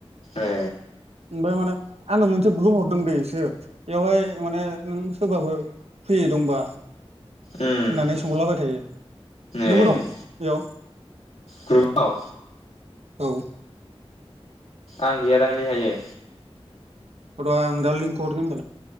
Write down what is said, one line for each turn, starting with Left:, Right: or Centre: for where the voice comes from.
Left: ए
Right: ओमफ्राय माने आंनो मोनसे ग्रुप हरदों दै इसोर बेयावहाय माने नों सोरबाफोर फैनाय दंबा होननानै
Left: उम
Right: सोंलाबाय थायो
Left: ए
Right: नंगौ दं बेयाव?
Left: ग्रुपाव
Right: औ।
Left: आं गैयादांलै बेहायो।
Right: र आं दा लिंखौ हरगोन।